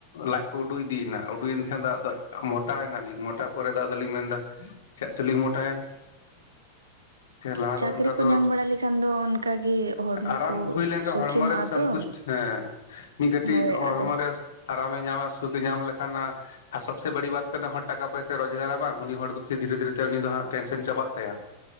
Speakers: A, on the left (about 60°); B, on the right (about 75°).
A: ᱞᱟᱡ ᱠᱚ ᱩᱰᱩ ᱤᱫᱤᱭᱮᱱᱟ, ᱩᱰᱩᱮᱱ ᱠᱷᱟᱱ ᱫᱚ ᱟᱫᱚ ᱢᱚᱴᱟᱭᱮᱱᱟᱞᱤᱧ, ᱢᱚᱴᱟ ᱯᱚᱨᱮ ᱫᱚ ᱟᱫᱚᱞᱤᱧ ᱢᱮᱱ ᱮᱫᱟ ᱪᱟ ᱪᱚ ᱞᱤᱧ ᱢᱚᱴᱟᱭᱮᱱ ᱾ ᱞᱟᱦᱟ
B: ᱪᱟᱹᱠᱨᱤ
A: ᱫᱚ ᱚᱱᱠᱟ ᱫᱚ
B: ᱠᱚ ᱧᱟᱢ ᱵᱟᱲᱟ ᱞᱮᱠᱷᱟᱱ ᱫᱚ ᱚᱱᱠᱟᱜᱮ ᱦᱚᱲᱢᱚ
A: ᱟᱨᱟᱢ
B: ᱠᱚ
A: ᱦᱩᱭ ᱞᱮᱱᱠᱷᱟᱱ
B: ᱥᱚᱠᱷᱤᱱᱚᱜᱼᱟ
A: ᱦᱚᱲᱢᱚ ᱨᱮ ᱥᱚᱱᱛᱩᱥᱴ
B: ᱛᱚ
A: ᱦᱮᱸ, ᱢᱤᱫ ᱠᱟᱹᱴᱤᱡ
B: ᱦᱳᱭ
A: ᱦᱚᱲᱢᱚ
B: ᱟᱫᱚ
A: ᱨᱮ ᱟᱨᱟᱢᱮ ᱧᱟᱢᱟ, ᱥᱩᱠᱮ ᱧᱟᱢ ᱞᱮᱠᱷᱟᱱ ᱟᱨ ᱥᱚᱵᱮ ᱵᱟᱹᱲᱤ ᱵᱟᱛ ᱠᱟᱱᱟ ᱦᱚᱲ ᱴᱟᱠᱟ ᱯᱚᱭᱥᱟ ᱨᱳᱡᱽᱜᱟᱨᱟ ᱵᱟᱝ ᱩᱱᱤ ᱦᱚᱲ ᱫᱚ, ᱫᱷᱤᱨᱮ ᱫᱷᱤᱨᱮ ᱛᱮ ᱩᱱᱤ ᱫᱚ ᱦᱟᱸᱜ ᱴᱮᱱᱥᱮᱱ ᱪᱟᱵᱟᱜ ᱛᱟᱭᱟ ᱾